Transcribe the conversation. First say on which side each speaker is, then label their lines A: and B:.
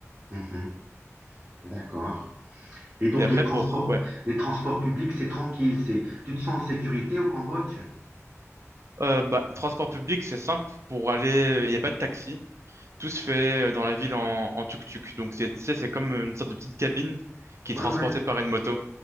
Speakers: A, on the right; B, on the right.
A: Mhm. D'accord. Et donc
B: Et après,
A: les transports
B: pour... Ouais.
A: les transports publics c'est tranquille c'est tu te sens en sécurité au Cambodge?
B: Euh, bah, transport public, c'est simple. Pour aller... Il n'y a pas de taxi. Tout se fait euh, dans la ville en, en tuk-tuk. Donc, c'est- tu sais, c'est comme une sorte de petite cabine qui
A: Ouais
B: est transportée
A: ouais
B: par une moto.